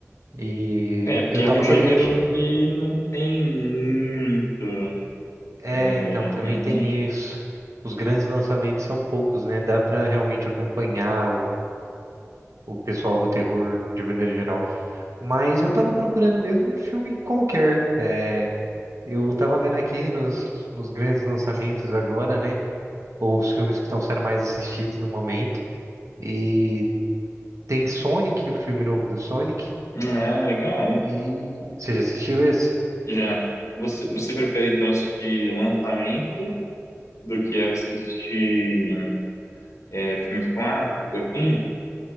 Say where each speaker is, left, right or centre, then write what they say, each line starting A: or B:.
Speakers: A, on the right (about 70°); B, on the left (about 70°).
A: E
B: É, porque
A: eu
B: é
A: tava
B: um gênero
A: com a gente.
B: que não tem muito.
A: É,
B: É,
A: então, também tem
B: uhum.
A: isso. Os grandes lançamentos são poucos, né? Dá pra realmente acompanhar o, o pessoal do terror de maneira geral. Mas eu tava procurando mesmo um filme qualquer. É, eu tava vendo aqui nos, nos grandes lançamentos agora, né? Ou os filmes que estão sendo mais assistidos no momento. E Tem Sonic, o filme novo do Sonic.
B: Ah, legal.
A: E você já assistiu esse?
B: Já, você, você prefere então assistir lançamento do que assistir é, filme clássico, assim?